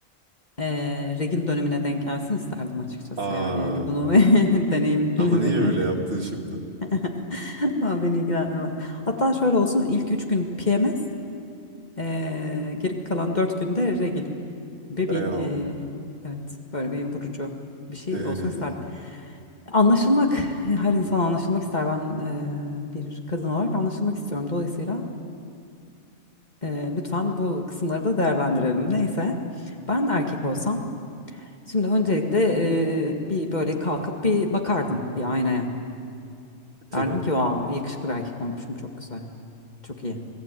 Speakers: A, on the left; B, on the right.
A: eee regil dönemine denk gelsin isterdim açıkçası
B: Aa,
A: yani hani bunu <laughs> deneyimlemeni
B: ama niye öyle yaptın şimdi?
A: <laughs> ama beni ilgilendirmez. Hatta şöyle olsun ilk üç gün PMS eee, geri kalan dört günde regil gibi
B: Ya,
A: bir eee, evet böyle bir vurucu bir şey
B: e,
A: olsun isterdim. Anlaşılmak her insan anlaşılmak ister ben eee, bir kadın olarak anlaşılmak istiyorum dolayısıyla eee, lütfen bu kısımları da değerlendirelim. Neyse ben erkek olsam Şimdi öncelikle e, bir böyle kalkıp bir bakardım bir aynaya.
B: tabii.
A: Derdim ki wow yakışıklı bir erkek olmuşum çok güzel. Çok iyi.